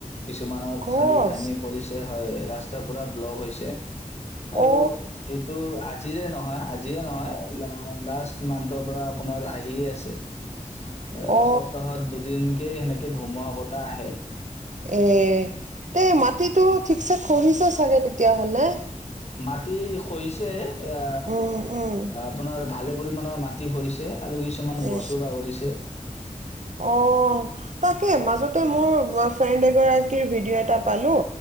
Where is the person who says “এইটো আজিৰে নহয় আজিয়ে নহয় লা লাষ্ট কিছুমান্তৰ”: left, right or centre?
Left